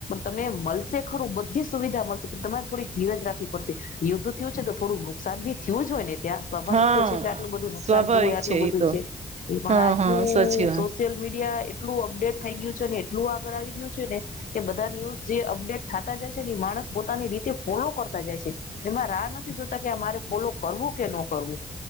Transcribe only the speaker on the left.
તમે મળશે ખરું બધી સુવિધા મળશે પણ તમારે થોડી ધીર જ રાખવી પડશે, યુદ્ધ થયું છે તો થોડું નુકસાન ભી થયું હોય ને. ત્યાં સ્વાભાવિક
તો છે કે આટલું બધું નુકસાન
થયું હોય આટલું બધું
છે, એ પણ
આજનું
સોશિયલ મીડિયા એટલું અપડેટ થઈ ગયું છે એટલું આગળ આવી ગયું છે ને, કે બધા ન્યૂઝ જે અપડેટ થતા જાય છે ને માણસ પોતાની રીતે ફોલો કરતા જાય છે, એમાં રાહ નથી જોતા કે મારે ફોલો કરવું કે ન કરવું.